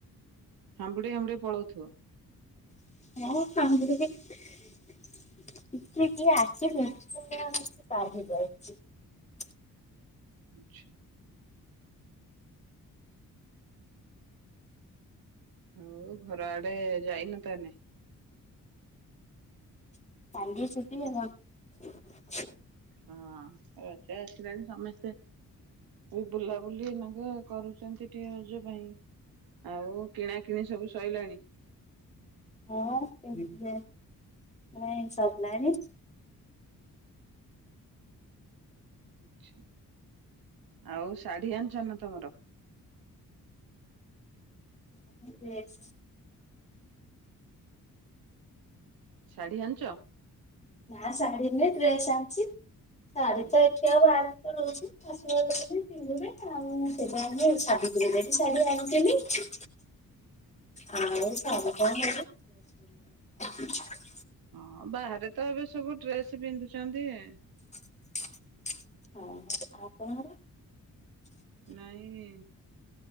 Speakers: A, on the right; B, on the left.
A: ହାମ୍ବୁଡି ହାମ୍ବୁଡି ପଳଉଥିବ।
B: <unintelligible>
A: ଆଚ୍ଛା। ଆଉ ଘର ଆଡେ ଯାଇନ ତାହାଲେ।
B: <unintelligible>
A: ହଁ ରଜ ଆସିଲାଣି ସମସ୍ତେ ଏଇ ବୁଲାବୁଲି ଏଇନା କେ କରୁଛନ୍ତି ଟିକେ ରଜ ପାଇଁ। ଆଉ କିଣା କିିଣି ସବୁ ସଇଲାନି।
B: ହଁ <unintelligible> ନାଇଁ ସରିଲାଣି।
A: ଆଛା ଆଉ ଶାଢୀ ଆଣିଛ ନା ତମର
B: <inaudible>
A: ଶାଢୀ ଆଣିଛ?
B: ନା ଶାଢୀ ନୁହେ ଡ୍ରେସ ଆଣିଛି। ଶାଢ଼ୀ
A: ଆଚ୍ଛା
B: ତ ଏଠି ଆଉ ବାହାରୁ ରହୁଛି ଆଶୀର୍ବାଦ ଦଉଚି ପିନ୍ଧୁ ଯେ ଆଉ
A: ହଁ।
B: ସେଥି ପାଇଁ ଆମେ ସାବି ଇଏ ଯାଇକି ଶାଢ଼ୀ ଆଣିଚିନ୍ତି। ଆଉ ଶାଢ଼ୀ <unintelligible>
A: ହଁ ବାହାରେ ତ ଏବେ ସବୁ ଡ୍ରେସ୍ ସେ ପିନ୍ଧୁ ଚନ୍ତି ଇ
B: ହଁ ଆପଣଙ୍କ ର
A: ନାଇଁ